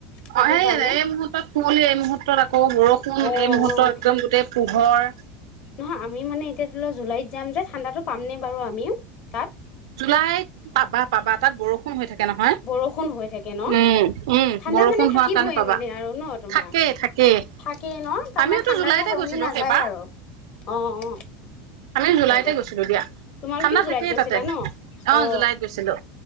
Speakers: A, on the left; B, on the right.
A: সেইটো
B: অ সেই
A: কাৰণে
B: এই মুহূুৰ্তত কুঁৱলি এই মুহূুৰ্তত আকৌ বৰষুণ
A: অ
B: এই মুহূৰ্তত
A: অ
B: একদম গোটেই পোহৰ
A: নহয় আমি মানে এতিয়া ধৰি লোৱা জুলাইত যাম যে, ঠাণ্ডাতো পামনে বাৰু আমিও তাত?
B: জুলাইত, পাবা-পাবা। তাত বৰষুণ হৈ থাকে। নহয়
A: বৰষুণ হৈ থাকে ন?
B: উম উম
A: ঠাণ্ডা
B: বৰষুণ
A: মানে থাকিবই
B: হোৱাৰ কাৰণে পাবা
A: মানে আৰু ন তোমাৰ?
B: থাকেই থাকেই
A: থাকেই ন তাৰমানে
B: আমিওতো
A: ঠাণ্ডাতো
B: জুলাইতে
A: কমি
B: গৈছিলো
A: নাযায়
B: সেইবাৰ
A: আৰু। অ, অ
B: আমি জুলাইতে
A: হয় দিয়া।
B: গৈছিলো
A: তোমালোকেও
B: ঠাণ্ডা থাকেই
A: জুলাইত গৈছিলা
B: তাতে
A: ন? অ
B: জুলাইত গৈছিলো